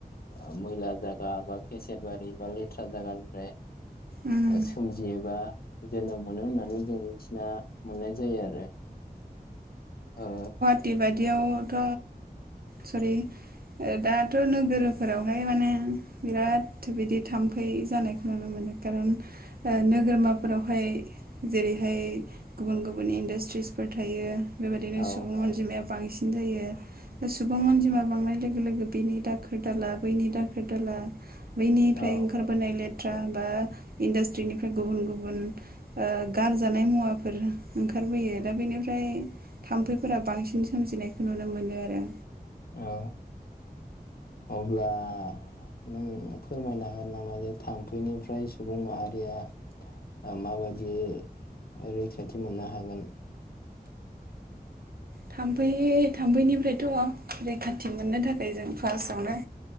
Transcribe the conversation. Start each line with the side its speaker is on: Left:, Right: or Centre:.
Left: ओ मैला जायागा बा केसेेरबारि बा लेथ्रा जायागानिफ्राय
Right: उम
Left: सोमजियोबा जोनोम मोनो होननानै जों मिथिना मोननाय जायो आरो ओ
Right: बेबाय दियावथ' सरि दाथ' नोगोरफोरावहाय माने बिराद बिदि थाम्फै जानायखौ नुनो मोनो। खारन नोगोरमा फोरावहाय जेरैहाय गुबुन गुबुन इन्डास्ट्रिसफोर थायो। बेबायदिनो
Left: औ
Right: सुबुं अनजिमाया बांसिन जायो सुबुं अनजिमा बांनाय लोगो लोगो बेनि दाखोर दाला बैनि दाखोर दाला बैनिफ्राय
Left: औ
Right: ओंखारबोनाय लेट बाथ्रा बा इन्डास्ट्रिनिफ्राय गुबुन गुबुन ओ गारजानाय मुवाफोर ओंखारबोयो दा बेनिफ्राय थामफैफोरा बांसिन सोमजिनायखौ नुनो मोनो। बे
Left: औ अब्ला नों फोरमायनो हागोन नामा जे थामफै फ्राय सुबुं माहारिया आ माबायदि रैखाथि मोननो हागोन
Right: थाम्फै जाम्फैनिफ्राय रैखाथि मोननो थाखाय जों फार्स्टआवनो